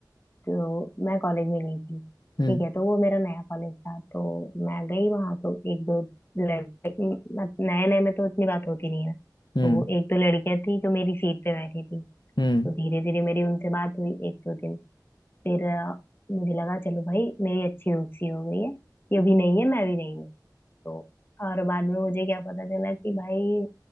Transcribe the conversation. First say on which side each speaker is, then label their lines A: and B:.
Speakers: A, on the left; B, on the left.
A: तो मैं कॉलेज में गई थी
B: हम्म
A: ठीक है तो वो मेरा नया कॉलेज था तो मैं गई वहां तो एक दो लड़के नए नए में तो इतनी बात होती नहीं है
B: हम्म
A: तो एक दो लड़कियां थी जो मेरी सीट पे बैठी थी
B: हम्म
A: तो धीरे धीरे मेरी उनसे बात हुई एक दो दिन फिर अ, मुझे लगा चलो भाई मेरी अच्छी दोस्ती हो गई है ये भी नहीं है मैं भी नहीं हूँ तो और बाद में मुझे क्या पता चला कि भाई